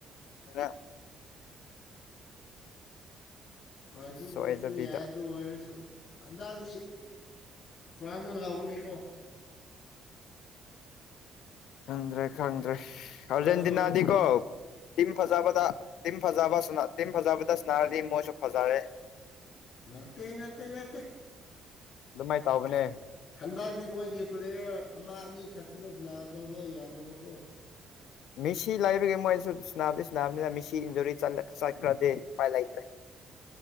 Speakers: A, on the left; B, on the left.
A: ꯐꯥꯏꯅꯦꯜ
B: ꯍꯣꯏ ꯑꯗꯨꯕꯨꯁꯨ
A: ꯁꯣꯏꯗꯕꯤꯗ
B: ꯌꯥꯏ ꯑꯗꯨ ꯑꯣꯏꯔꯁꯨ ꯍꯟꯗꯛꯗꯤ ꯐ꯭ꯔꯥꯟꯁꯅ ꯂꯥꯎꯒꯅꯤꯀꯣ
A: ꯈꯪꯗ꯭ꯔꯦ ꯈꯪꯗ꯭ꯔꯦ ꯑꯔꯖꯦꯟꯇꯤꯅꯥꯗꯤ
B: ꯅꯪꯁꯨ
A: ꯀꯣ ꯇꯤꯝ ꯐꯖꯕꯗ ꯇꯤꯝ ꯐꯖꯕ ꯇꯤꯝ ꯐꯖꯕꯗ ꯁꯥꯟꯅꯔꯗꯤ ꯃꯣꯏꯁꯨ ꯐꯖꯔꯦ
B: ꯅꯠꯇꯦ ꯅꯠꯇꯦ ꯅꯠꯇꯦ
A: ꯑꯗꯨꯃꯥꯏ ꯇꯧꯕꯅꯦ
B: ꯍꯟꯗꯛꯇꯤ ꯃꯣꯏꯒꯤ ꯄ꯭ꯂꯦꯌꯔ ꯑꯃ ꯑꯅꯤꯈꯛꯇꯅꯦ ꯁꯥꯟꯅꯗꯕ ꯌꯥꯗꯕꯀꯣ
A: ꯃꯦꯁꯤ ꯂꯩꯕꯒꯤ ꯃꯣꯏꯁꯨ ꯁꯥꯟꯅꯕꯗꯤ ꯁꯥꯟꯅꯕꯅꯤꯅ ꯃꯦꯁꯤ ꯏꯟꯖꯨꯔꯤ ꯆꯠꯈ꯭ꯔꯗꯤ ꯎꯄꯥꯏ ꯂꯩꯇ꯭ꯔꯦ